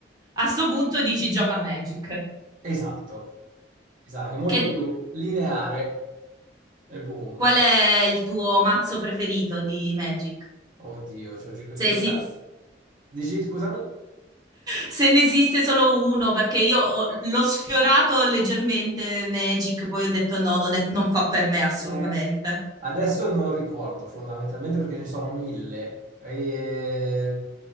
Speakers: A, on the right; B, on the right.
A: a sto punto dici gioca a Magic.
B: Esatto, esatto, è molto
A: Che-
B: più lineare e boom.
A: qual è il tuo mazzo preferito di Magic?
B: Oddio, ci ho gioca-
A: Se,
B: ci gioca-
A: esi-
B: Dici, scusami?
A: se ne esiste solo uno, perché io ho- l'ho sfiorato leggermente Magic, poi ho detto no, non, è- non fa per me assolutamente.
B: Ne- Adesso non ricordo fondamentalmente perché ce ne sono mille. E, eh,